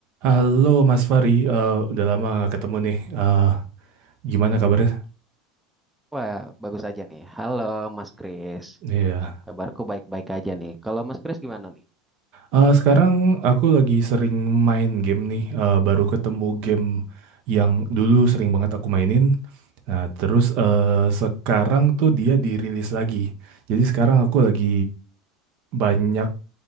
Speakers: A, on the right; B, in the centre.
A: Halo Mas Fari, Eh, udah lama gak ketemu nih. Eh, gimana kabarnya?
B: Wah, bagus aja nih. Halo, Mas Kris.
A: Iya.
B: Kabarku baik-baik aja nih. Kalau Mas Kris gimana nih?
A: Eh, sekarang aku lagi sering main game nih. Eh, baru ketemu game yang dulu sering banget aku mainin. Nah, terus eh, sekarang tuh dia dirilis lagi. Jadi sekarang aku lagi banyak